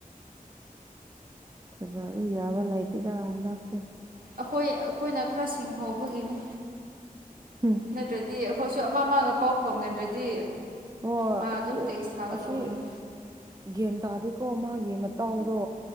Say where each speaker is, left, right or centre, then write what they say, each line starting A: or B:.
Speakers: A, on the right; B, on the right.
A: ꯊꯖꯕꯤ ꯌꯥꯕ ꯂꯩꯥꯏꯇꯗ ꯂꯁꯦ
B: ꯑꯩꯈꯣꯏ ꯑꯩꯈꯣꯏꯅ ꯈꯔ ꯁꯤꯡꯍꯧꯕꯒꯤꯅꯤ
A: ꯎꯝ
B: ꯅꯠꯇ꯭ꯔꯗꯤ ꯑꯩꯈꯣꯏꯁꯨ ꯑꯃ ꯑꯃꯒ ꯄꯥꯎ ꯐꯥꯎꯅꯗ꯭ꯔꯗꯤ
A: ꯍ
B: ꯃꯥ ꯑꯗꯨꯝ
A: ꯑꯁꯤ
B: ꯇꯦꯛꯁ ꯊꯥꯒꯗꯧꯕꯅꯤ
A: ꯑꯁꯤ ꯌꯦꯒ ꯇꯗꯤ ꯀꯣ ꯃꯥꯒꯤ ꯃꯇꯥꯎꯗꯣ